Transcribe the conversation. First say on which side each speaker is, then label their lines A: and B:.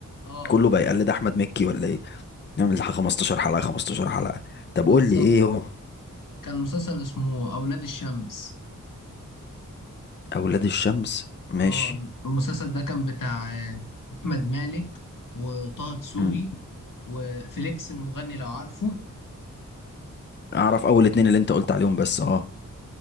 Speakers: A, on the left; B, on the left.
A: اه
B: كله بقى يقلد احمد مكي ولا ايه نعمل 15 حلقه 15 حلقه طب
A: بالظبط
B: قول لي ايه هو
A: كان مسلسل اسمه اولاد الشمس
B: اولاد الشمس ماشي
A: اه المسلسل ده كان بتاع آه، احمد مالك وطه دسوقي
B: امم
A: وفليكس المغني لو عارفه
B: اعرف اول اتنين اللي انت قلت عليهم بس اه